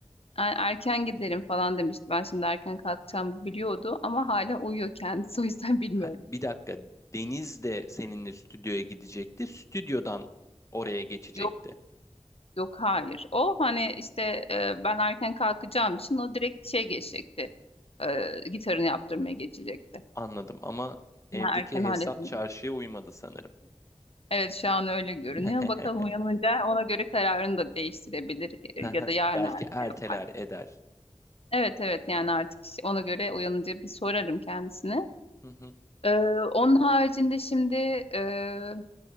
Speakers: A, on the left; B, on the left.
A: "Er- erken giderim falan demişti. Ben şimdi erken kalkacağım biliyordu ama hala uyuyor kendisi <laughs> o yüzden bilmiyorum.
B: Ha, bir dakika Deniz de seninle stüdyoya gidecekti. Stüdyodan oraya geçecekti.
A: Yok yok hayır. O hani işte e, ben erken kalkacağım için o direkt şey geçecekti. E, gitarını yaptırmaya geçecekti.
B: Anladım ama evdeki
A: Ben erken
B: hesap
A: halledildi.
B: çarşıya uymadı sanırım.
A: Evet şu an öyle görünüyor.
B: <laughs>
A: Bakalım uyanınca ona göre kararını da değiştirebilir e,
B: Haha,
A: ya da yarın
B: Belki
A: erken
B: erteler
A: yapar.
B: eder.
A: Evet evet yani artık işte ona göre uyanınca bir sorarım kendisine.
B: Hı hı.
A: Ee, onun haricinde şimdi e,